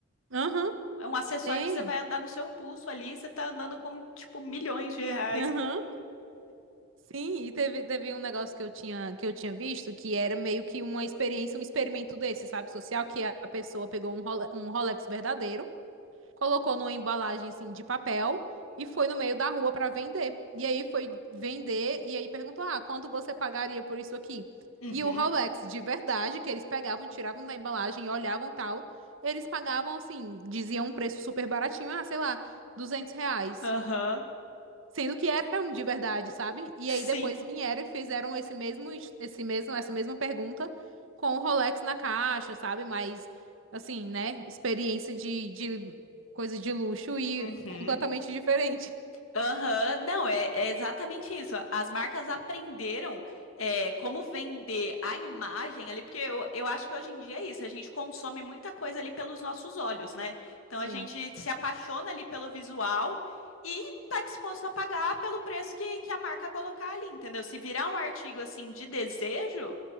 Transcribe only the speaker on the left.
É um acessório
que você vai andar no seu pulso ali, você tá andando com, tipo, milhões de reais.
Uhum,
aham,
sim,
uhum.
Aham, não, é, é exatamente isso. As marcas aprenderam é, como vender a imagem ali, porque eu, eu acho que hoje em dia é isso, a gente consome muita coisa ali pelos nossos olhos, né? Então
a gente se apaixona ali pelo visual e tá disposto a pagar pelo preço que, que a marca colocar ali, entendeu? Se virar um artigo assim de desejo,